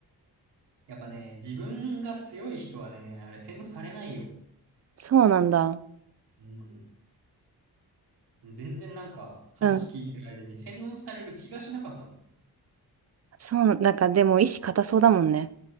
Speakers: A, on the right; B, on the right.
A: やっぱね、自分が強い人はね、あれ洗脳されないよ。
B: そうなんだ。
A: うん。もう全然なんか話聞いてる間に洗脳される気がしなかったもん。
B: うん。そうな、なんかでも意志固そうだもんね。